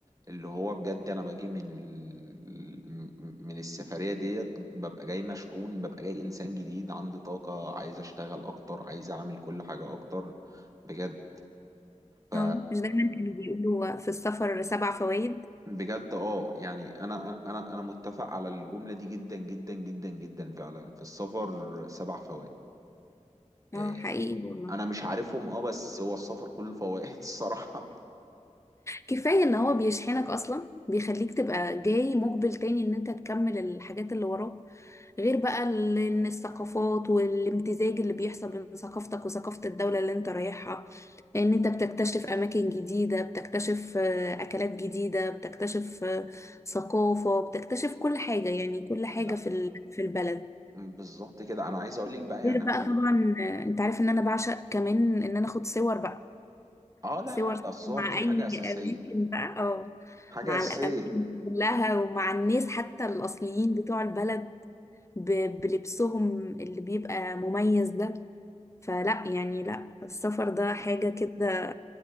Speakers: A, on the right; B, on the left.
A: اللي هو بجد انا باجي من ال... من السفرية ديت ببقى جاي مشحون ببقى جاي انسان جديد عندي طاقة عايز اشتغل اكتر عايز اعمل كل حاجة اكتر بجد ف...
B: اه مش دايما كانوا بيقولوا في السفر سبع فوائد
A: بجد اه يعني انا انا انا متفق على الجملة دي جدا جدا جدا جدا فعلا في السفر سبع فوائد إيه،
B: اه حقيقي والله
A: انا مش عارفهم اه بس هو السفر كله فوائد الصراحة
B: كفاية ان هو بيشحنك اصلا بيخليك تبقى جاي مقبل تاني ان انت تكمل الحاجات اللي وراك غير بقى ال- ان الثقافات والامتزاج اللي بيحصل بين ثقافتك وثقافة الدولة اللي انت رايحها ان انت بتكتشف اماكن جديدة بتكتشف آه، اكلات جديدة بتكتشف آه، ثقافة بتكتشف كل حاجة يعني كل حاجة
A: لا
B: في ال- في البلد
A: بالظبط كده انا عايز اقول لك بقى يعني
B: غير بقى
A: عشان
B: طبعا آه، انت عارف ان انا بعشق كمان ان انا اخد صور بقى
A: اه لا
B: صور
A: لا ده الصور
B: مع
A: دي
B: اي
A: حاجة اساسية
B: اماكن بقى اه
A: حاجة
B: مع
A: أساسية
B: الاماكن كلها ومع الناس حتى الاصليين بتوع البلد ب- بلبسهم اللي بيبقى مميز ده فلا يعني لا السفر ده حاجة كده